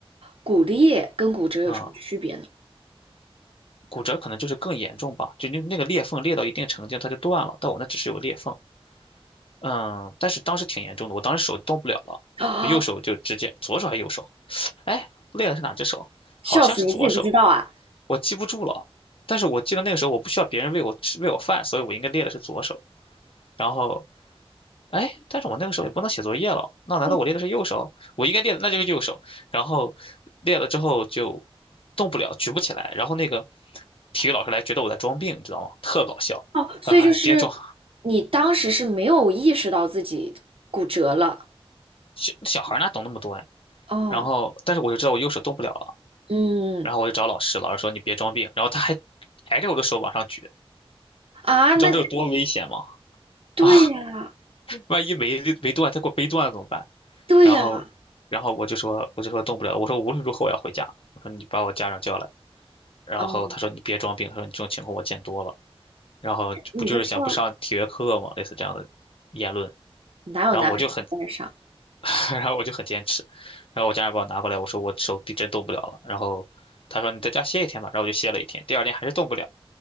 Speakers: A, on the right (about 65°); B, on the left (about 60°).
A: 骨裂跟骨折有什么区别呢？
B: 啊，骨折可能就是更严重吧，就那那个裂缝裂到一定程度它就断了，但我那只是有裂缝，嗯，但是当时挺严重的，我当时手动不了了，
A: 啊，
B: 右手就直接左手还是右手，哎，裂的是哪只手？好像是左手，
A: 笑死，你自己不知道啊？
B: 我记不住了，但是我记得那个时候我不需要别人喂我吃喂我饭，所以我应该练的是左手。然后，哎，但是我那个时候也不能写作业了，那难道我练的是右手？
A: 嗯
B: 我应该练的那就是右手。然后练了之后就动不了，举不起来。然后那个体育老师来觉得我在装病，你知道吗？特搞笑。
A: 哦，所以就是
B: 他说哎：“别装，
A: 你当时是没有意识到自己骨折了。
B: 小小孩哪懂那么多呀、
A: 哦，
B: 然后，但是我就知道我右手动不了了，
A: 嗯，
B: 然后我就找老师，老师说你别装病，然后他还挨着我的手往上举，
A: 啊，
B: 你知道这有多危险吗？
A: 那对呀，
B: 啊！万一没没断，他给我背断了怎么办？
A: 对呀，
B: 然后，然后我就说，我就说动不了了，我说无论如何我要回家，我说你把我家长叫来，然后他说你别装病，
A: 哦，
B: 他说你这种情况我见多了，然后就不就是想不上体育课嘛，
A: 你都说
B: 类似这样的言论，
A: 哪有男孩子不爱上？
B: 然后我就很，<laughs> 然后我就很坚持，然后我家长把我拿过来，我说我手臂真动不了了，然后他说你在家歇一天吧，然后我就歇了一天，第二天还是动不了。